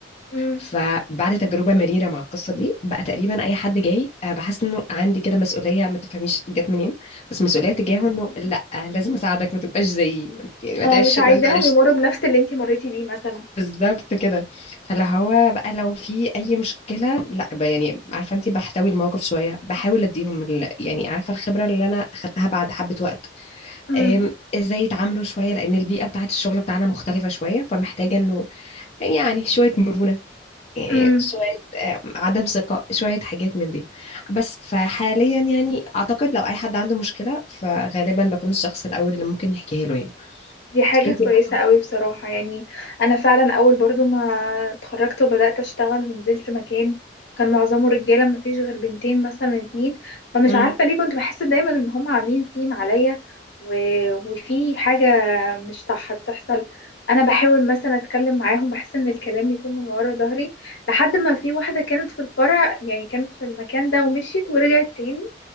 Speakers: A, on the left; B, on the left.
A: امم
B: فبعد تجربة مريرة مع القصة دي بقى تقريبا أي حد جاي آه، بحس إنه عندي كده مسؤولية ما تفهميش جت منين بس مسؤولية تجاهه إنه لأ آه، لازم أساعدك ما تبقاش زيي يعني ما
A: اه
B: تعيش
A: مش عايزاهم
B: اللي أنت عشته
A: يمروا بنفس اللي انتي مريتي بيه مثلا
B: بالظبط كده فلا هو بقى لو في أي مشكلة لأ بقى يعني عارفة أنت بحتوي الموقف شوية بحاول أديهم ال... يعني عارفة الخبرة اللي أنا أخدتها بعد حبة وقت
A: امم
B: آم، ازاي يتعاملوا شوية لأن البيئة بتاعت الشغل بتاعنا مختلفة شوية فمحتاجة إنه يعني شوية مرونة يعني
A: امم
B: شوية آه، عدم ثقة شوية حاجات من دي بس فحاليا يعني أعتقد لو أي حد عنده مشكلة فغالبا بكون الشخص الأول اللي ممكن يحكيها له يعني
A: دي حاجة
B: انتي
A: كويسة
B: بقى
A: قوي بصراحة يعني أنا فعلا أول برضو ما اتخرجت وبدأت أشتغل ونزلت مكان كان معظمه رجالة ما فيش غير بنتين مثلا اتنين فمش
B: مم.
A: عارفة ليه كنت بحس دايما إن هم عاملين تيم عليا و... وفي حاجة مش صح بتحصل أنا بحاول مثلا أتكلم معاهم بحس إن الكلام بيكون من ورا ظهري لحد ما في واحدة كانت في الفرع يعني كانت في المكان ده ومشيت ورجعت تاني